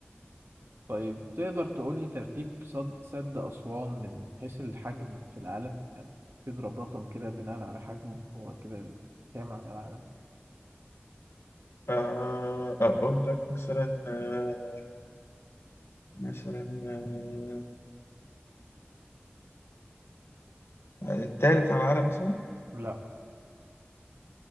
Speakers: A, on the right; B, on the left.
A: طيب تقدر تقول لي ترتيب صد سد أسوان من حيث الحجم في العالم يعني تضرب رقم كده بناء على حجمه هو كده كام على العالم
B: آه، اقول لك مثلا آه، مثلا آه، آه، التالت على العالم مثلا
A: لا